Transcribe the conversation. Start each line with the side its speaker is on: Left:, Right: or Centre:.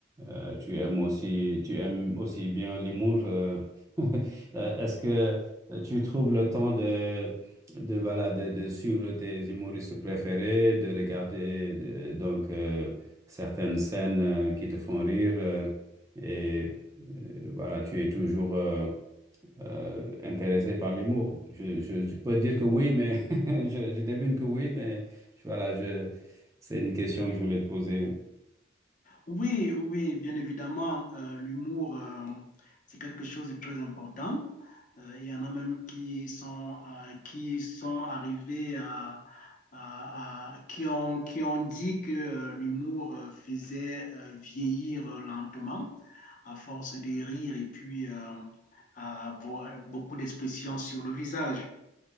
Right: euh, tu aimes aussi, tu aimes aussi bien l'humour. euh. <laughs> Euh, Est-ce que tu trouves le temps de de, voilà, de, de suivre tes humoristes préférés, de regarder de- donc euh, certaines scènes euh, qui te font rire euh, et euh, voilà, tu es toujours euh, euh, intéressé par l'humour. Je, je, je peux dire que oui, mais <laughs> je, je devine que oui, mais je- voilà, je, c'est une question que je voulais te poser.
Left: Oui, oui, bien évidemment, euh, l'humour, euh, c'est quelque chose de très important. Euh, il y en a même qui sont, euh, qui sont arrivés à, à- à- qui ont, qui ont dit que euh, l'humour euh, faisait euh, vieillir euh, lentement à force de rire et puis euh, à avoir beaucoup d'expressions sur le visage.